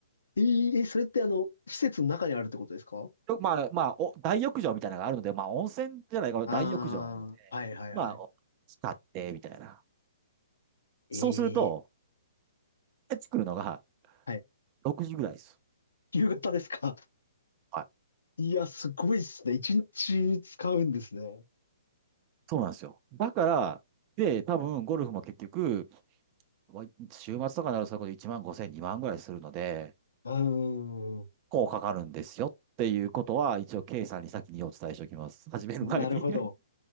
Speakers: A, on the left; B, on the right.
A: えええそれってあの、施設の中にあるってことですか
B: よまあ、まあ、お、大浴場みたいなのがあるので、まあ、温泉じゃないかな、
A: ああー、
B: 大浴場があるので、
A: はいはいはい。
B: まあ、お使って、みたいな。
A: ええ
B: そうすると、帰ってくるのが
A: はい。
B: 6時ぐらいです。
A: 夕方ですか。
B: はい。
A: いや、すごいっすね。一日使うんですね。
B: そうなんですよ。だから、で、多分、ゴルフも結局、わ週末とかになるとそれこそ1万5千、2万ぐらいするので、
A: うーん。
B: こうかかるんですよっていうことは、一応、K さんに先にお伝えしておきます。始める前に
A: なるほど。